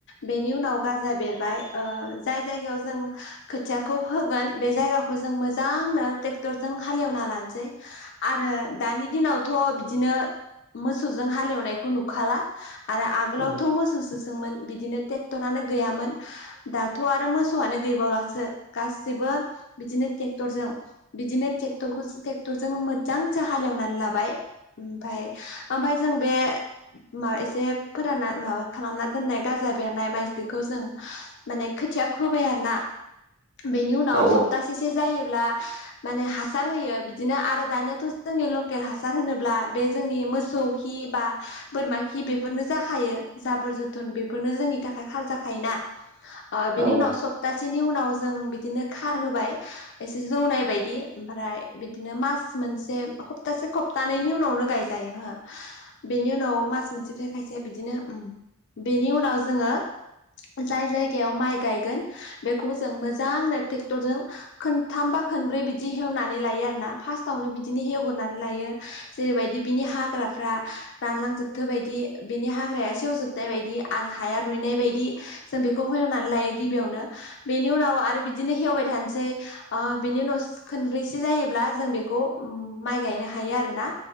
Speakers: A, on the left; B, on the right.
A: बेनि उनाव गाजा बेरबाय जाय जायगायाव जों खोथियाखौ फोगोन बे जायगाखौ जों मोजांनो ट्रेक्टरजों हाले एवना लानोसै आरो दानि दिनावथ' बिदिनो मोसौजों हाले एवनायखौ नुखाला आरो आगोलावथ'
B: उम
A: मोसौसो दोंमोन बिदिनो टेक्टरानो गैयामोन दाथ' आरो मोसौआनो गैबावलासो गासिबो बिदिनो टेक्टरजों बिदिनो टेक्टरखौ टेक्टरजों मोजांजो हालेवनानै लाबाय ओमफाय ओमफाय जों बे मा एसे फोरानना माबा खालामना दोननाय गाजा बेरनाय माइज्लिखौ जों माने खोथिया फोबाय आरोना बेनि उनाव
B: औ
A: सप्तासेसो जायोब्ला माने हासार होयो बिदिनो आरो दानियाथ' जोंनि लकेल हासार होनोब्ला बे जोंनि मोसौ खि बा बोरमा खि बेफोरनो जाखायो जाबोर जोथोन बेफोरनो जोंनि थाखाय खार जाखायोना ओ बिनि
B: उम
A: उनाव सप्तासेनि उनाव जों बिदिनो खार होबाय एसे जौनाय बायदि ओमफ्राय बिदिनो मास मोनसे हप्तासे हप दानानि उनावनो गायजायो बेनि उनाव मास मोनसेफ्रा खायसेया बिदिनो बेनि उम उनाव जोङो जाय जायगायाव माइ गायगोन बेखौ जों मोजांनो टेक्टरजों खोनथाम बा खोनब्रै बिदि हेवनानै लायो आरोना फार्टावनो बिदिनो हेवग्रोनानै लायो जेरैबायदि बिनि हाग्राफ्रा रानलांजोबथो बायदि बेनि हाग्राया सेवजोबनाय बायदि आरो हाया रुइनाय बायदि जों बेखौ हेवनानै लायो गिबियावनो बेनि उनाव आरो बिदिनो हेवबाय थानोसै ओ बिनि उनाव खनब्रैसो जायोब्ला जों बेखौ माइ गायनो हायो आरोना